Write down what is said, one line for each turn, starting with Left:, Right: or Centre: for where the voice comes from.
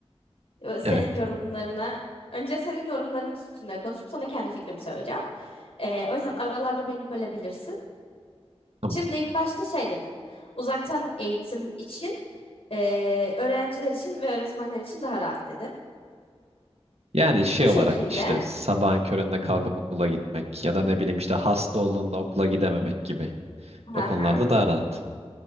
Left: Yo- Senin
Right: evet
Left: yorumlarına önce senin yorumların üstünde konuşup sonra kendi fikrimi söyleyeceğim. Ee, o yüzden aralarda beni bölebilirsin.
Right: tamam.
Left: Şimdi ilk başta şey dedin. Uzaktan eğitim için ee, öğrenciler için ve öğretmenler için daha rahat dedin.
Right: Yani şey
Left: Bu şekilde
Right: olarak işte sabahın köründe kalkıp okula gitmek ya da ne bileyim işte hasta olduğunda okula gidememek gibi.
Left: <laughs> hı
Right: O konularda
Left: hı.
Right: daha rahat.